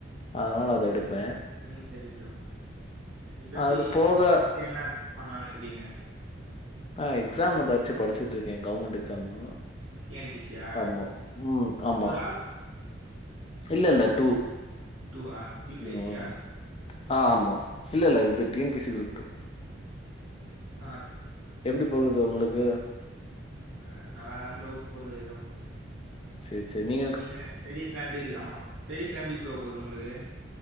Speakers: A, on the left; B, on the right.
A: அதனால அத எடுப்பே
B: யா ம் செரி ப்ரோ இப்ப எப்டி
A: அது போக
B: நெக்ஸ்ட் என்ன பண்ணலானு இருக்கீங்க
A: ஆ எக்ஸாம் வந்தாச்சு படிச்சிட்ருக்கே கௌவ்மெண்டு ஸம்மா
B: டி என் பி சி யா
A: ஆமா ம் ஆமா
B: ஃபோரா
A: இல்லல்ல
B: குரூப்
A: டூ
B: டூவா யூ பி
A: ம்
B: எஸ் சி யா
A: ஆ ஆமா இல்லல்ல
B: ம்
A: பிஃப்டீன் பீஸ் இல்ல டூ
B: ஆ
A: எப்டி போகுது சர் உங்களுக்கு
B: அ நல்லாத ப்ரோ போது ஏதோ
A: செர் செர் நீ
B: நீங்கக ஸ்டடீஸ்லா எப்டி இருக்கு ஆமா ஸ்டீஸ்லா எப்டி ப்ரோ போது உங்ளுக்கு